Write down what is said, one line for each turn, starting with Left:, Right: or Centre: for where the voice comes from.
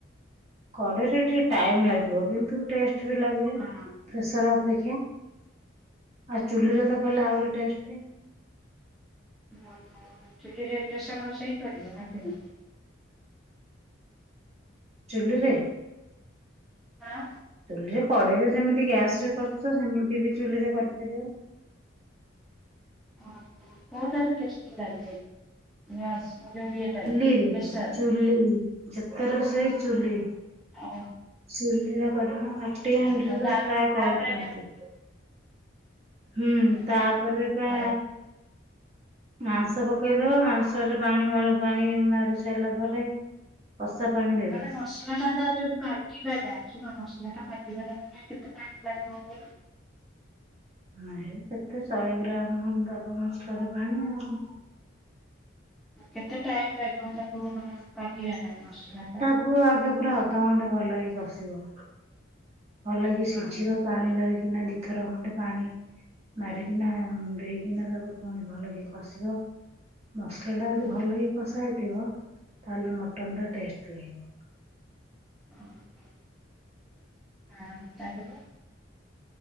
Right: କରେଇ ରେ ଟିକେ ଟାଇମ ଲାଗିବ କିନ୍ତୁ ଟେଷ୍ଟ ବି ଲାଗିବ
Centre: ହଁ।
Right: ପ୍ରେସର ଅପେକ୍ଷା। ଆଉ ଚୁଲିରେ ତ କଲେ ଆହୁରି ଟେଷ୍ଟ।
Centre: ଓ ହୋ ଚୁଲିରେ ପ୍ରେସର ବଦେଇକି କରିବେ ନା କେମତି?
Right: ଚୁଲିରେ
Centre: ହାଁ
Right: ଚୁଲିରେ କଡେଇରେ ଯେମିତି ଗ୍ୟାସ ରେ କରୁ ଚ ସେମିତି ବି ଚୁଲିରେ କରିପାରିବ।
Centre: ଓ ହୋ କୋଉଟାରେ ଟେଷ୍ଟି ଲାଗେ? <unintelligible>
Right: ଚୁଲିରେ
Centre: ପ୍ରେସରରେ?
Right: ଚୁଲି ଯେତେ ରଷେଇ ଚୁଲି
Centre: ଅ
Right: ଚୁଲିରେ କରୁନ ମାଟି ହାଣ୍ଡିରେ
Centre: ଆଉ
Right: ତ
Centre: ତା
Right: ପ୍ରାୟ କରୁଚନ୍ତି।
Centre: ତାପରେ
Right: ହୁଁ
Centre: କେମିତି
Right: ତାପରେପା।
Centre: ଆ,
Right: ମାଂସ ପକେଇଦବ ମାଂସରେ ପାଣି ମ ପାଣି ମାହାରି ସାରିଲା ପରେ କଷା ପାଣି ଟି
Centre: ମାନେ ମସଲା ଟା ଯଉ କାଡ ସିଯିବା ଟା ଶୁଣ ମସଲା ଟା ପାଗିବାର ମାନ କେତେ ଟାଇମ ଲାଗିବ ବୋଲି।
Right: ହ ହେ କେତେ ଶହେ ଗ୍ରାମ ହ ଦବ ମସଲାରେ ପାଣି ଆଉ।
Centre: କେତେ ଟାଇମ ଲାଗିବ ତାକୁ ପାଗିବା ପାଇଁ ମସଲା ଟା।
Right: କୁ ଆଗେ ପୁରା ଅଧଘଣ୍ଟେ ଭଲକି କସିବ। ଭଲକି ସିଝିବ
Centre: ହଁ।
Right: ପାଣି ଧରିକିନା ଦିଥର ଖଣ୍ଡେ ପାଣି ମାରିକିନା ଦେଇକିନା ତାକୁ ପୁଣି ଭଲ କି କସିବ। ମସଲା ଟା ଯଦି
Centre: ହୁଁ।
Right: ଭଲକି କଷା ହେଇଥିବ ତାହେଲେ ମଟନ୍ ଟା ଟେଷ୍ଟ ଲାଗିବ।
Centre: ଓହ ଆଉ ତାପରେ।